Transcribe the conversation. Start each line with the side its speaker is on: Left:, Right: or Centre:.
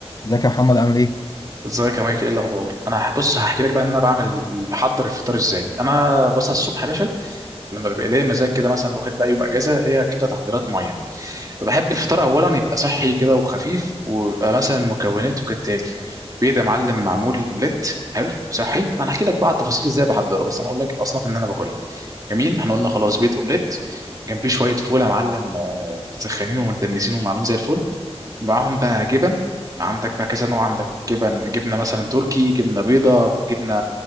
Left: ازيك يا محمد عامل ايه؟
Right: ازيك يا مايكل ايه الاخبار انا بص هحكي لك بقى ان انا بعمل بحضر الفطار ازاي انا بصحى الصبح يا باشا لما بيبقى ليا مزاج كده مثلا واخد بقى يوم اجازه ليا كده تحضيرات معينه بحب الفطار اولا يبقى صحي كده وخفيف ويبقى مثلا مكوناته كالتالي بيض يا معلم معمول اومليت حلو صحي انا هحكي لك بقى على التفاصيل ازاي بحضره بس انا اقول لك الاصناف اللي انا باكلها جميل احنا قلنا خلاص بيض اومليت جنبيه شويه فول يا معلم آه، متسخنين ومدمسين ومعمولين زي الفل معاهم بقى جبن عندك بقى كذا نوع عندك جبن جبنه مثلا تركي جبنه بيضه جبنه